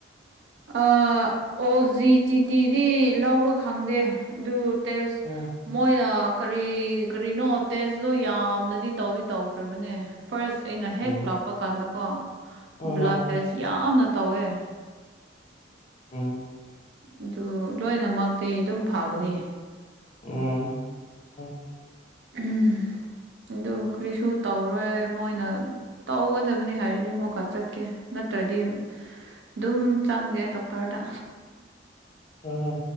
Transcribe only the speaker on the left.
ꯎꯝ
ꯎꯝ
ꯍꯣꯏ
ꯍꯣꯏ
ꯑꯪ
ꯎꯝ ꯑ
ꯑꯥ